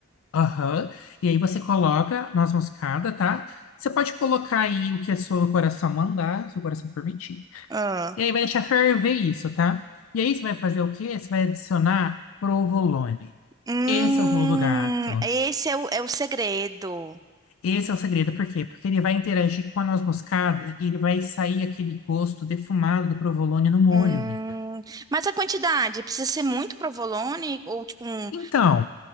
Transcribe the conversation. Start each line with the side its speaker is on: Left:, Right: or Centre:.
Left: Aham. E aí você coloca noz moscada, tá? Você pode colocar aí o que o seu coração mandar, seu coração permitir.
Right: Ah.
Left: E aí vai deixar ferver isso, tá? E aí você vai fazer o quê? Você vai adicionar provolone.
Right: Hum,
Left: Esse é o pulo do gato.
Right: esse é o, é o segredo.
Left: Esse é o segredo, por quê? Porque ele vai interagir com a noz moscada e ele vai sair aquele gosto defumado do provolone no molho,
Right: Hum,
Left: amiga.
Right: mas a quantidade, precisa ser muito provolone ou tipo um,
Left: Então,